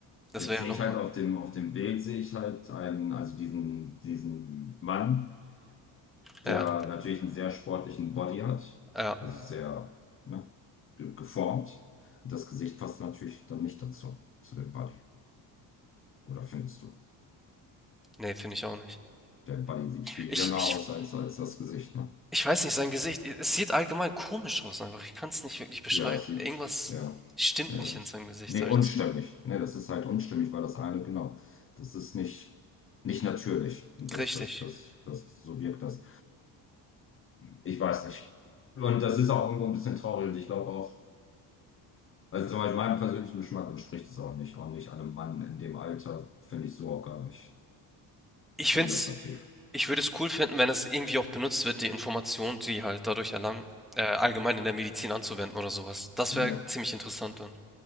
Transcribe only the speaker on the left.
Jetzt
sehe
ich halt auf dem, auf dem Bild sehe ich halt einen, also diesen, diesen Mann,
der natürlich einen sehr sportlichen Body hat,
also sehr, ne, ge- geformt. Und das Gesicht passt natürlich dann nicht dazu, zu dem Body. Oder findest du?
Der Body sieht viel
jünger
aus als, als das Gesicht, ne?
Ja, es sieht,
ja,
ja,
es,
nee,
unstimmig.
Nee, das ist halt unstimmig, weil das eine, genau, das ist nicht, nicht natürlich. Und das,
das, das, das, so wirkt das. Ich weiß nicht. Und das ist auch irgendwo ein bisschen traurig. Und ich glaube auch, also zum Beispiel meinem persönlichen Geschmack entspricht es auch nicht. Auch nicht einem Mann in dem Alter finde ich so auch gar nicht,
gar nicht
attraktiv.
Ja.